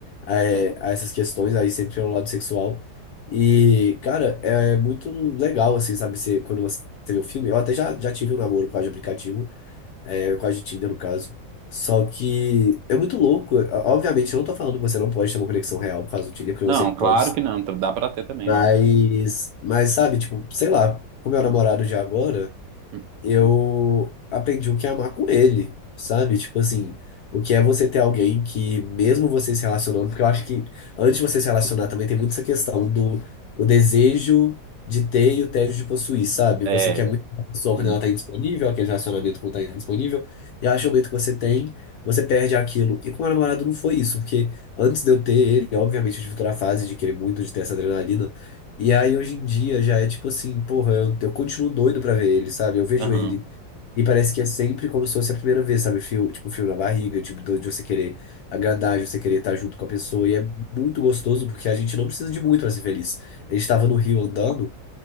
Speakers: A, on the left; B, on the right.
A: é, a, essas questões aí sempre pelo lado sexual. E, cara, é muito legal, assim, sabe? Você, quando você vê o filme, eu até já, já tive um namoro por causa de aplicativo, é, por causa de Tinder, no caso. Só que é muito louco. Obviamente, eu não tô falando que você não pode ter uma conexão real por causa do Tinder, porque você
B: Não,
A: pode
B: claro que não. Dá pra ter também,
A: mas,
B: ó.
A: mas sabe, tipo, sei lá, com meu namorado
B: Hum,
A: de agora,
B: hum.
A: eu aprendi o que é amar com ele, sabe? Tipo assim, o que é você ter alguém que, mesmo você se relacionando, porque eu acho que antes de você se relacionar também tem muito essa questão do o desejo de ter e o tédio de possuir, sabe?
B: É.
A: Você quer muito a pessoa quando
B: hum,
A: ela tá indisponível, aquele relacionamento quando tá indisponível, e acho que o momento que você tem, você perde aquilo. E com meu namorado não foi isso, porque antes de eu ter ele, obviamente eu tive toda a fase de querer muito, de ter essa adrenalina. E aí hoje em dia já é tipo assim, porra, eu, eu continuo doido pra ver ele, sabe? Eu vejo
B: aham.
A: ele e parece que é sempre como se fosse a primeira vez, sabe? Fio, tipo, fio na barriga, tipo, do- de você querer agradar, de você querer estar junto com a pessoa. E é muito gostoso porque a gente não precisa de muito pra ser feliz. A gente tava no Rio andando